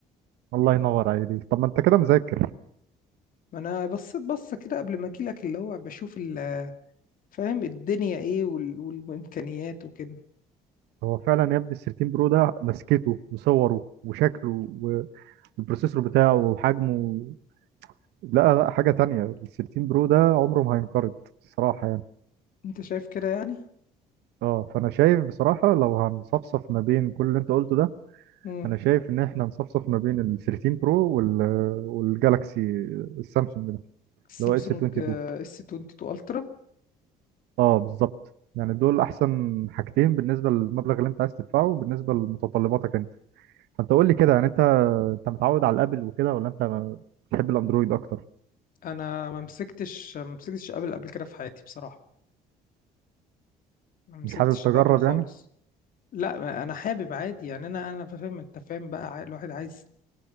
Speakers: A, on the right (about 80°); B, on the left (about 55°).
A: الله ينور عليك طب ما انت كده مذاكر
B: ما انا بصيت بصه كده قبل ما اجيلك اللي هو بشوف ال- فاهم الدنيا ايه وال- والامكانيات وكده
A: هو فعلا يا ابني ال 13 برو ده مسكته وصوره وشكله والبروسيسور بتاعه وحجمه لا لا حاجة تانية ال 13 برو ده عمره ما هينقرض الصراحة يعني
B: انت شايف كده يعني
A: اه فانا شايف بصراحة لو هنصفصف ما بين كل اللي انت قلته ده
B: امم
A: انا شايف ان احنا نصفصف ما بين ال 13 برو وال والجالكسي السامسونج ده
B: السامسونج
A: اللي هو اس 22
B: اس 22 الترا
A: اه بالظبط يعني دول احسن حاجتين بالنسبة للمبلغ اللي انت عايز تدفعه بالنسبة لمتطلباتك انت فانت قول لي كده يعني انت انت متعود على الابل وكده ولا انت ما- بتحب الاندرويد اكتر
B: انا ما مسكتش ما مسكتش ابل قبل كده في حياتي بصراحه ما مسكتش
A: مش حابب تجرب
B: الابل خالص
A: يعني
B: لا ما انا حابب عادي يعني انا انا فاهم انت فاهم بقى الواحد عايز